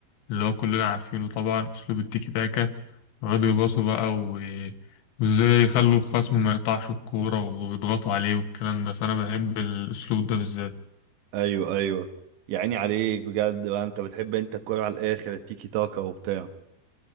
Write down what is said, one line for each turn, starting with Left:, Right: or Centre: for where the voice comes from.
Left: اللي هو كلنا عارفينه طبعا اسلوب التيكي تاكا ويقعدوا يباصوا بقى و... وازاي يخلوا الخصم ما يقطعش الكوره ويضغطوا عليه والكلام ده فانا بحب الاسلوب ده بالذات
Right: ايوه ايوه يا عيني عليك بجد بقى انت بتحب انت الكورة على الاخر التيكي تاكا وبتاع